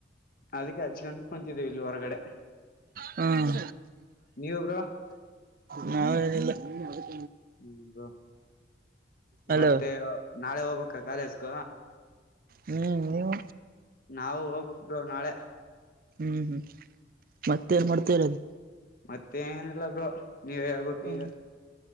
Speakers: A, on the left; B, on the right.
A: ಅದಕ್ಕೆ ಹಚ್ಕೊಂಡ ಕುಂತಿದ್ದೇವಿ ಇಲ್ಲಿ ಹೊರಗಡೆ
B: ಹ್ಮ
A: ನೀವು ಬ್ರೋ
B: ನ ನಿಲ್ಲ ಹ್ಮದು <inaudible>
A: ಹ್ಮದು
B: ಹಲೋ
A: ಮತ್ತೆ ನಾಳೆ ಹೋಗ ಅಕ್ಕ ಕಾಲೇಜ್ಕ
B: ಹ್ಮ್ ನೀವು
A: ನಾವು ಹೋಗಬಕ್ ಬ್ರೋ ನಾಳೆ
B: ಹ್ಮ್ ಹ್ಮ್ ಮತ್ತೆ ನ್ ಮಾಡ್ತಾ ಇರೋದು
A: ಮತ್ತೆ ಏನಲ್ಲ ಬ್ರೋ ನೀವ್ ಹೇಳ್ಬೇಕ್
B: ಹ್ಮ
A: ಈಗ